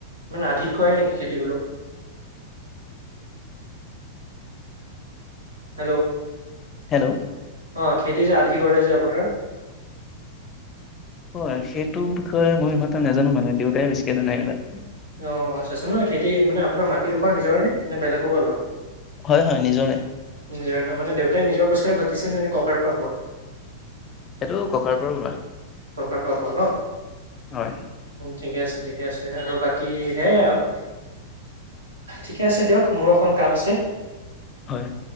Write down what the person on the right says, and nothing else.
মানে আধিত কৰে নেকি খেতি বোলো? হেল্ল'
অ খেতি যে আধি কৰে যে আপোনাৰ
অ আচ্ছাচোন নয় খেতি মানে আপোনাৰ মাটিডোখৰ নিজৰে নে নে বেলেগৰ পৰা লোৱা।
জহ মানে দেউতাই নিজৰ বছৰে ঘটিছে নে ন ককাৰ পৰা পোৱা।
ককাৰ পৰা পোৱা ন।
ঠিকে আছে ঠিকে আছে আৰু বাকী সেয়াই আৰু ঠিকে আছে দিয়ক মোৰো অকণ কাম আছে।